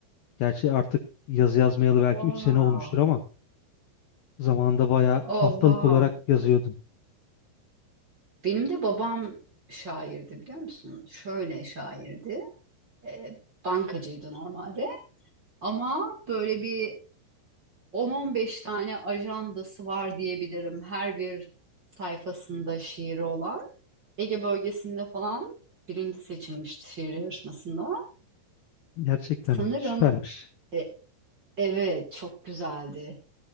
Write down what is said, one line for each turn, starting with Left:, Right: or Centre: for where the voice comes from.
Left: Gerçi artık yazı yazmayalı belki
Right: Wow.
Left: 3 sene olmuştur ama zamanında bayağı
Right: Oh
Left: haftalık
Right: wow.
Left: olarak yazıyordum.
Right: Benim de babam şairdi biliyor musun? Şöyle şairdi. Ee, bankacıydı normalde. Ama böyle bir 10-15 tane ajandası var diyebilirim. Her bir sayfasında şiiri olan. Ege bölgesinde falan birinci seçilmişti şiir yarışmasında.
Left: Gerçekten
Right: Sanırım
Left: süpermiş.
Right: e, evet çok güzeldi.